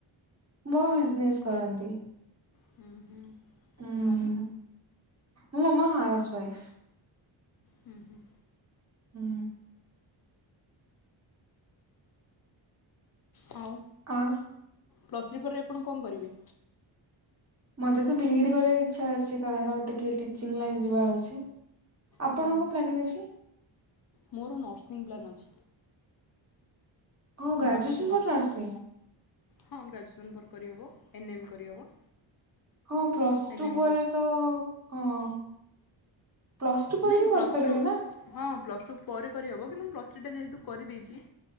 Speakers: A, on the right (about 30°); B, on the left (about 50°).
A: ମୋ ବିଜନେସ୍ କରନ୍ତି।
B: ହୁଁ ହୁଁ।
A: ହୁଁ
B: ମମି?
A: ମୋ ମାମା ହାଉସୱାଇଫ୍।
B: ହୁଁ ହୁଁ।
A: ହୁଁ।
B: ହଉ।
A: ଆଉ
B: ପ୍ଲସ୍ ଥ୍ରୀ ପରେ ଆପଣ କଣ କରିବେ?
A: ମତେ ତ ବି ଇ ଡି କରିବାକୁ ଇଚ୍ଛା ଅଛି କାରଣ ଟିକେ ଟିଚିଙ୍ଗ୍ ଲାଇନ୍ ଯିବାର ଅଛି ଆପଣଙ୍କ
B: ହୁଁ
A: ପ୍ଲାନିଙ୍ଗ୍ ଅଛି?
B: ମୋର ନର୍ସିଂ ପ୍ଲାନ୍ ଅଛି।
A: ହଁ
B: ମୁଁ
A: ଗ୍ରାଜୁଏସନ
B: ଭାବିଛି ନର୍ସ
A: ପରେ ନର୍ସିଂ
B: ହଁ ଗ୍ରାଜୁଏସନ୍ ପରେ। କରିହବ ଏନ୍ ଏମ୍ କରିହେବ।
A: ହଁ plus
B: N
A: two
B: M
A: ପରେ
B: course
A: ତ ଅଁଅ ପ୍ଲସ୍ ଟୁ ପରେ
B: ନାଇଁ
A: ବି
B: ପ୍ଲସ୍
A: କରିପାରିବେ
B: ଟୁ
A: ନା?
B: ହଁ ପ୍ଲସ୍ ଟୁ ପରେ କରିହେବ କିନ୍ତୁ ମୁଁ ପ୍ଲସ୍ ଥ୍ରୀଟା ଯେହେତୁ କରିଦେଇଛି,